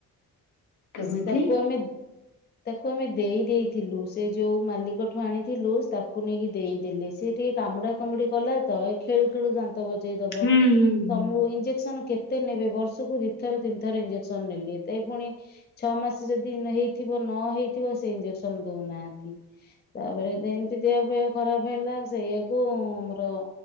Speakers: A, on the left (about 60°); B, on the left (about 30°).
A: କେମିତି?
B: <inaudible> ତାକୁ ଆମେ ତାକୁ ଆମେ ଦେଇ ଦେଇଥିଲୁ। ସେ ଯୋଉ ମାଲିକଠୁ ଆଣିଥିଲୁ ତାକୁ ନେଇକି ଦେଇଦେଲେ ସେ ଟିକେ କାମୁଡା କାମୁଡି କଲା ତ ଏ ଖେଳୁ ଖେଳୁ ଦାନ୍ତ ହାତ ବଜେଇ ଦବ
A: ହୁଁ ହୁଁ
B: ତମ ଇଞ୍ଜେକ୍ସନ କେ କେତେ ନେବେ ବର୍ଷ କୁ ଦିଥର ତିନିଥର ଇଞ୍ଜେକ୍ସନ ନେଲେ। ତେଇ ପୁଣି ଛଅ ମାସ ଯଦି ହେଇଥିବ ନ ହେଇଥିବ ସେ ଇଞ୍ଜେକ୍ସନ ଦଉନାହାନ୍ତି। ତା ପରେ ଏମିତି ଦେହପହ ଖରାପ ହେଲା ସେଇଆକୁ ଆମର